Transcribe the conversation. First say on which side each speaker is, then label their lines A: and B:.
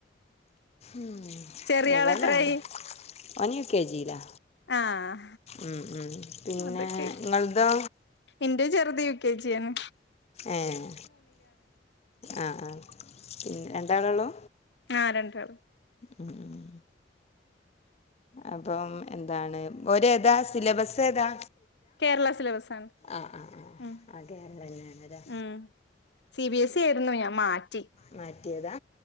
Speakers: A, on the left; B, on the left.
A: ഉം
B: ചെറിയ
A: ഏതാലാണ്
B: ആളെത്രായി
A: ഓൻ യു കെ ജി ലാ.
B: ആഹ്
A: ഉം ഉം പിന്നേ.
B: അതൊക്കെ
A: ങ്ങൾതൊ?
B: ഇന്റെ ചെറ്ത് യു കെ ജി യാണ്.
A: ഏഹ് ആഹ്, ആഹ്. പിന്നെ രണ്ടാളൊള്ളൂ?
B: ആഹ് രണ്ടാള്.
A: ഉം ഉം ഉം അപ്പം എന്താണ്. പ്പൊ ഒര് ഏതാ സിലബെസ്സേതാ?
B: കേരള സിലബസാണ്.
A: ആഹ് ആഹ് ആഹ്
B: ഉം
A: അതെ ന്നെയാണ് ലെ.
B: ഉം സി ബി എസ് ഇ ആയിരുന്നു ഞാ മാറ്റി.
A: മാറ്റിയതാ.